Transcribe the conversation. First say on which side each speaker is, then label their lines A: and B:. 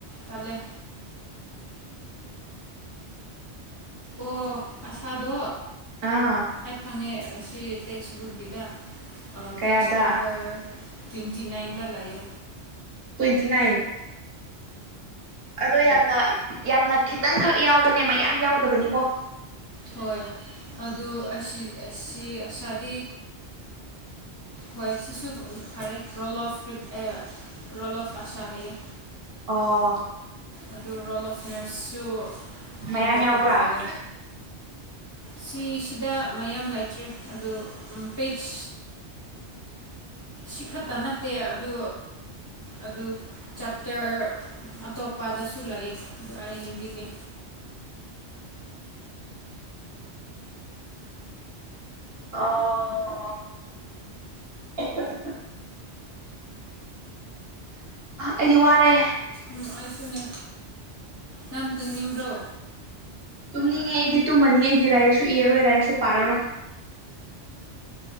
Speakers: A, on the left; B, on the right.
A: ꯇꯂꯦ ꯑꯣ ꯑꯁꯥꯗꯣ
B: ꯑꯥ
A: ꯍꯥꯏ ꯐꯪꯉꯦ ꯑꯁꯤ ꯇꯦꯛꯦꯛꯁ ꯕꯨꯛ ꯂꯤꯗ
B: ꯀꯌꯥꯗ
A: ꯄꯦꯖ ꯅꯝꯕꯝꯕꯔ ꯇ꯭ꯋꯦꯟꯇꯤ ꯅꯥꯏꯟꯗ ꯂꯑꯌꯦ
B: ꯇ꯭ꯋꯦꯟꯇꯤ ꯅꯥꯏꯟ ꯑꯗꯣ ꯌꯥꯝꯅ ꯌꯥꯝꯅ ꯈꯤꯇꯪꯈꯛ ꯌꯥꯎꯕꯅꯦ ꯃꯌꯥꯝ ꯌꯥꯎꯗꯕꯅꯤꯀꯣ
A: ꯍꯣꯏ ꯑꯗꯨ ꯑꯁꯤ ꯑꯁꯥꯗꯤ ꯍꯣꯏ ꯁꯤꯁꯨ ꯐꯔꯦ ꯔꯣꯜ ꯑꯣꯐꯔꯤ ꯔꯣꯜ ꯑꯣꯐ ꯑꯁꯥ ꯍꯥꯏꯌꯦ
B: ꯑꯣ
A: ꯑꯗꯨ ꯔꯣꯜ ꯑꯣꯐ ꯅꯦꯔꯁꯁꯨ
B: ꯃꯌꯥꯝ
A: ꯏꯝꯄꯣꯔꯇꯦꯟ
B: ꯌꯥꯎꯕ꯭ꯔꯥ
A: ꯑꯣꯏꯋꯦ ꯁꯤꯁꯤꯗ ꯃꯌꯥꯝ ꯂꯩꯇ꯭ꯔꯦ ꯑꯗꯨ ꯄꯦꯖ ꯁꯤ ꯈꯛꯇ ꯅꯠꯇꯦ ꯑꯗꯨ ꯑꯗꯨ ꯆꯥꯞꯇꯔ ꯑꯇꯣꯞꯄꯗꯁꯨ ꯂꯩꯑ ꯑꯗꯨꯗ ꯑꯩ ꯌꯦꯡꯕꯤꯒꯦ
B: <inaudible> ꯑꯣ <inaudible> ꯑꯩꯗꯤ ꯋꯥꯔꯦ
A: ꯎꯝ ꯑꯩꯁꯨꯅꯦ ꯅꯥꯟ ꯇꯨ ꯅꯅꯤ꯭ꯔꯣ
B: ꯇꯨꯝꯅꯤꯡꯉꯦ ꯑꯩꯗꯤ ꯇꯨꯝꯃꯅꯤ ꯑꯩꯗꯤ ꯂꯥꯏꯔꯤꯛꯁꯨ ꯏꯔꯔꯣꯏ ꯂꯥꯏꯔꯤꯛꯁꯨ ꯄꯥꯔꯔꯣꯏ